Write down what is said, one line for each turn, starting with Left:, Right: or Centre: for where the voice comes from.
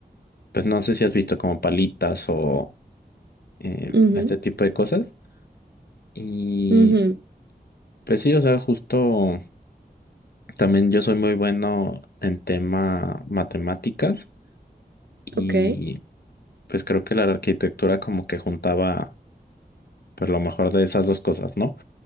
Left: pues no sé si has visto como palitas o eh,
Right: Ujú,
Left: este tipo de cosas. Y
Right: ujú.
Left: Pues sí, o sea, justo también yo soy muy bueno en tema matemáticas y
Right: Ok.
Left: pues creo que la arquitectura como que juntaba pues lo mejor de esas dos cosas, ¿no?